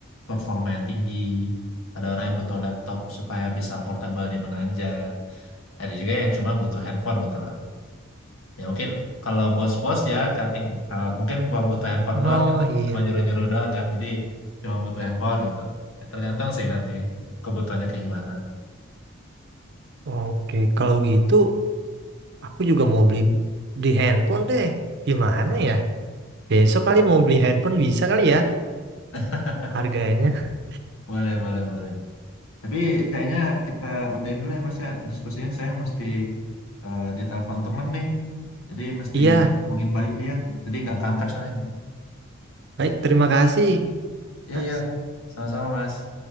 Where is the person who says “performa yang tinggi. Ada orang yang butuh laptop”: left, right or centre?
Left